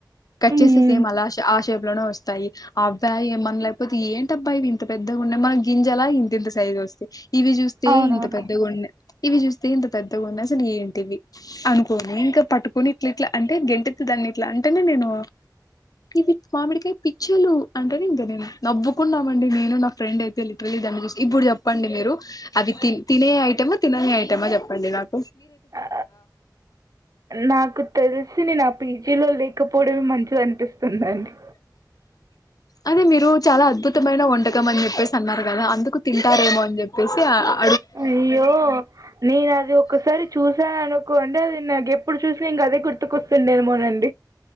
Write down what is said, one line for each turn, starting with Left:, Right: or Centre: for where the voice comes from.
Left: కట్చేసె
Right: ఉమ్
Left: సేమలాష ఆష్ అనో వస్తాయి అవ్యా ఏమన్ లేక్పోతె ఏంటబ్బా ఇవి ఇంత పెద్దగున్నయ్ మన గింజలా ఇంతంత సైజొస్తయ్ ఇవి జూస్తే
Right: అవునవునవును
Left: ఇంత పెద్దగున్నయ్ ఇవి జూస్తే ఇంత పెద్దగన్నయ్ అసలేంటివి అనుకోని ఇంక పట్టుకొని ఇట్లిట్ల అంటె గెంటె తొ దాన్నిట్ల అంటెనె నేను ఇది మామిడ్కాయ్ పిచ్చెలు అంటేనె ఇంక నేను నవ్వుకున్నామండి నేనూ న ఫ్రెండైతె లిట్రలీ దాన్ని జూసి ఇబ్బు <unintelligible> చెప్పండి మీరు అది తి తినే ఐటమా తినని ఐటమా జెప్పండి నాక్
Right: ఆ నాకు తెల్సి నేనప్ పీజీలొ లేకపోడమే మంచిదన్పిస్తుందండి
Left: అది మీరు చాలా అద్భుతమైన వంటకమన్ జెప్పేసి అన్నార్ గదా అందుకు తింటారేమో అన్ జెప్పేసి అ అ
Right: అయ్యో నేనది ఒకసారి చూసాననుకోండి అది నాగెప్పుడ్ చూసిన ఇంగదే గుర్తుకొస్తుందేమోనన్